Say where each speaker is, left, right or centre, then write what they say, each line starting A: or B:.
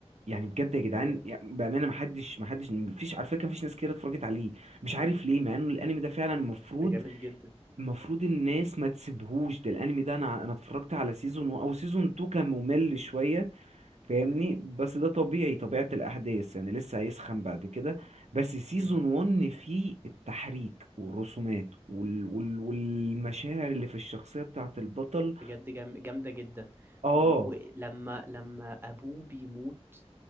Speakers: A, on the right; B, on the right.
A: يعني بجد يا جدعان
B: ده جامد
A: يعني بامانه ما حدش ما حدش ما فيش على فكره ما فيش ناس كتير اتفرجت عليه مش عارف ليه مع انه الانمي ده فعلا المفروض
B: ده جامد جدا
A: المفروض الناس ما تسيبهوش ده الانمي ده انا انا اتفرجت على سيزون و- او سيزون 2 كان ممل شويه فاهمني
B: مم.
A: بس ده طبيعي طبيعه الاحداث يعني لسه هيسخن بعد كده بس سيزون
B: مم.
A: 1 فيه التحريك والرسومات وال... وال... والمشاعر اللي في الشخصيه بتاعه البطل
B: بجد جام... جامدة جدا
A: اه
B: و- ولما لما ابوه بيموت